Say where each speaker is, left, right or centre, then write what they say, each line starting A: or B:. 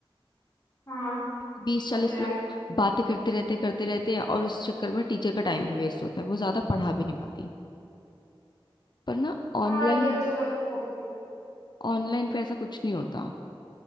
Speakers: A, on the left (about 35°); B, on the left (about 50°).
A: हाँ
B: तो बीस चालीस
A: होते हैं
B: लोग बातें करते रहते करते रहते हैं और इस चक्कर में टीचर का टाइम भी वेस्ट होता है वो ज्यादा पढ़ा भी नहीं पाती पर ना ऑनलाइन
A: हाँ ये तो मेरे साथ भी
B: ऑनलाइन पे ऐसा कुछ नहीं होता